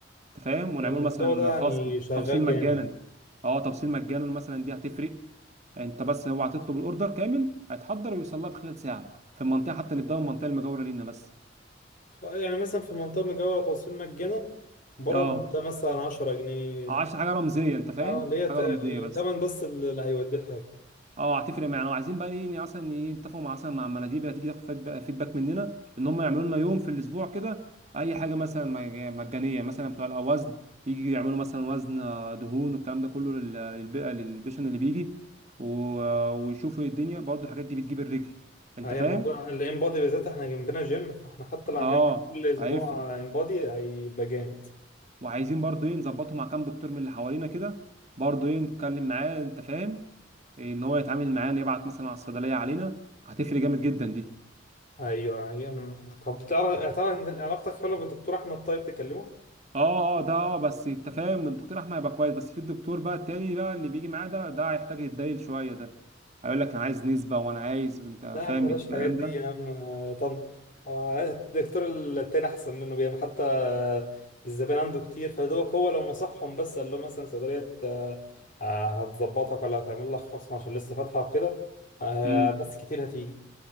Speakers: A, on the right; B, on the left.
A: انت فاهم ونعمل
B: يعني الموضوع
A: مثلا
B: ده يعني
A: خصم
B: شغال
A: توصيل مجانا
B: جامد
A: اه توصيل مجانا مثلا دي هتفرق انت بس هو هتطلب الاوردر كامل هيتحضر ويوصل لها في خلال ساعه في المنطقه حتى نبداوا من المنطقه المجاوره لينا بس
B: يعني مثلا في المنطقة المجاورة توصيل مجانا بره
A: اه
B: المنطقة مثلا عشرة جنيه
A: عشان حاجه رمزيه انت فاهم
B: اه اللي هي ت-
A: حاجه
B: يعني
A: رمزيه بس
B: تمن بس اللي هيوديه الحاجة
A: اه هتفرق معانا وعايزين بقى ايه يعني مثلا ايه نتفقوا مع مثلا مع المناديب اللي هتيجي تاخد فيدبا- فيدباك مننا ان هم يعملوا لنا يوم في الاسبوع كده اي حاجه مثلا مج- مجانيه مثلا بتوع الاوزن يجي يعملوا مثلا وزن آه، دهون والكلام ده كله لل- للب- للبيشن اللي بيجي و- ويشوفوا إيه الدنيا برضو الحاجات دي بتجيب الرجل انت
B: هي
A: فاهم
B: موضوع الانبادي بالذات احنا جنبنا جيم فاحنا حتى
A: اه
B: لو عملنا كل اسبوع
A: هيفرق
B: انبادي هيبقى جامد
A: وعايزين برضو ايه نظبطه مع كام دكتور من اللي حوالينا كده برضو ايه نتكلم معاه انت فاهم إيه ان هو يتعامل معانا يبعت مثلا على الصيدليه علينا هتفرق جامد جدا دي
B: ايوه يعني طب تعرف يعني تعرف ان علاقتك حلوة بالدكتور احمد طيب تكلمه
A: اه اه ده اه بس انت فاهم الدكتور احمد هيبقى كويس بس في الدكتور بقى التاني بقى اللي بيجي معاه ده ده هيحتاج يتدايل شويه ده هيقول لك انا عايز نسبه وانا عايز وانت
B: لا يا عم
A: فاهم
B: بلاش
A: الكلام
B: الحاجات دي
A: ده
B: يا عم آه، طن آه، الدكتور التاني أحسن منه بيعمل حتى آه، الزبائن عنده كتير فدوك هو لو نصحهم بس قال له مثلا صيدلية آه، آه، هتظبطك ولا هتعمل لك خصم عشان لسه فاتحة وكده آه،
A: امم
B: ناس كتير هتيجي